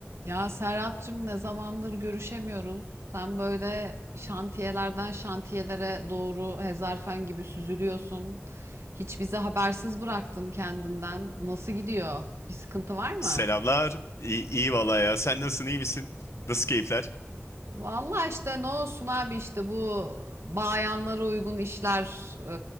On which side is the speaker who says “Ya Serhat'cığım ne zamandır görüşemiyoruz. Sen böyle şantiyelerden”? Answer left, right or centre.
Right